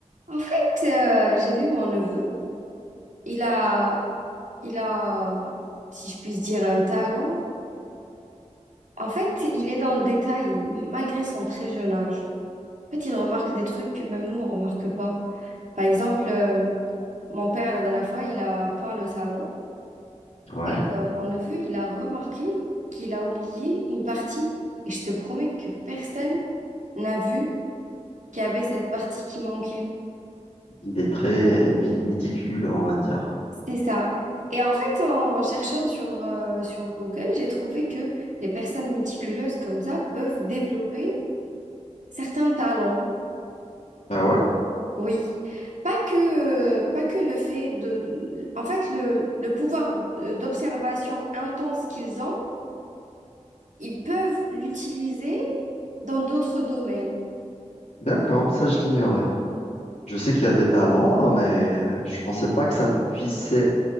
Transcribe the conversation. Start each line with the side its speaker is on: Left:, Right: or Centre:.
Right: En fait, euh, j'ai vu mon neveu. Il a, il a, si je puis dire, un talent. En fait, il est dans le détail, m- malgré son très jeune âge. En fait, il remarque des trucs que même nous, on remarque pas. Par exemple, euh, mon père, la dernière fois, il a peint le salon.
Left: Ouais.
Right: Et euh, mon neveu, il a remarqué qu'il a oublié une partie. Et je te promets que personne n'a vu qu'il y avait cette partie qui manquait.
Left: Il est très mi- méticuleux, on va dire.
Right: C'est ça. Et en fait, en cherchant sur, euh, sur Google, j'ai trouvé que les personnes méticuleuses comme ça peuvent développer certains talents.
Left: Ah ouais?
Right: Oui. Pas que, euh, pas que le fait de... En fait, le, le pouvoir euh, d'observation intense qu'ils ont, ils peuvent l'utiliser dans d'autres domaines.
Left: D'accord, ça je l'ignorais. Je sais qu'il y a des talents, hein, mais je pensais pas que ça puissait